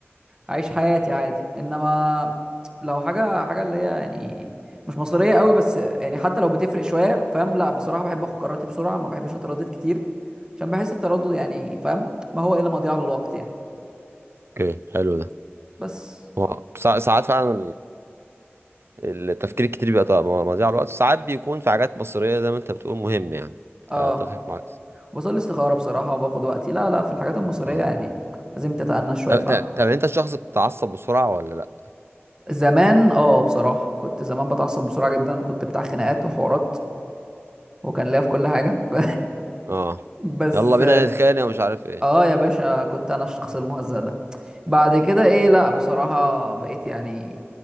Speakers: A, on the right (about 15°); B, on the right (about 65°).
A: اعيش حياتي عادي انما لو حاجه حاجه اللي هي يعني مش مصريه قوي بس يعني حتى لو بتفرق شويه فاهم لا بصراحه بحب اخد قراراتي بسرعه ما بحبش اتردد كتير عشان بحس التردد يعني فاهم ما هو الا مضيعه للوقت يعني
B: اوكي حلو ده
A: بس
B: هو سا- ساعات فعلا ال- التفكير الكتير بيبقى طبعاً مو- مضيع الوقت ساعات بيكون في حاجات بصرية زي ما انت بتقول مهم يعني
A: اه
B: فاتفق معاك الصراحة.
A: بصلي استخاره بصراحه وباخد وقتي لا لا في الحاجات المصريه
B: مم.
A: يعني لازم تتأنى شويه
B: طب
A: فعلا
B: طب طب انت شخص بتتعصب بسرعة ولا لا
A: زمان اه بصراحه كنت زمان بتعصب بسرعه جدا كنت بتاع خناقات وحوارات وكان ليا في كل حاجه <laughs> ف...
B: اه
A: بس
B: يلا بينا نتخانق ومش عارف ايه
A: اه يا باشا كنت انا الشخص المهزأ ده بعد كده ايه لا بصراحة بقيت يعني